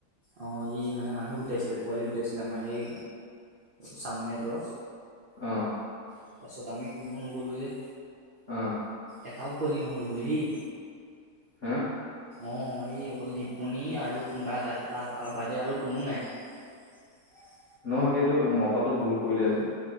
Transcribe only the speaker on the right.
অ ই মানে মানুহ গোটাইছিলে পোৱালি গোটাইছিলে আমাৰ এই চামনীয়াটোৰ।
তাৰপিছত আমি কোনো নগ'লোঁ যে।
এটাও পোৱালি নহ'ল বোলে সেই।
অ এই অকল দীপমণি আৰু কোনোবা এটা তাৰ বাদে আৰু কোনো নাই। <unintelligible> <inaudible>